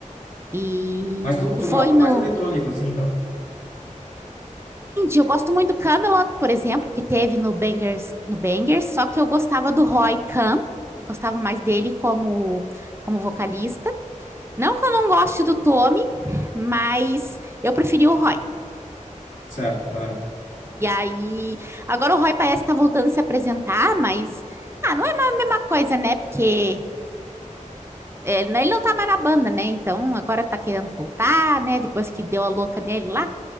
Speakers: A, on the right; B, on the left.
A: E
B: Mas tu,
A: tu
B: tu
A: foi
B: gosta
A: no
B: mais eletrônico, assim, então?
A: eu gosto muito do Camelot, por exemplo, que teve no Bangers, no Bangers, só que eu gostava do Roy Khan, eu gostava mais dele como como vocalista. Não que eu não goste do Tommy, mas eu preferi o Roy.
B: Certo. Aham.
A: E aí, agora o Roy parece estar voltando a se apresentar, mas ah, não é a mesma coisa, né? Porque é, né, ele não tá mais na banda, né? Então agora tá querendo voltar, né? Depois que deu a louca nele lá.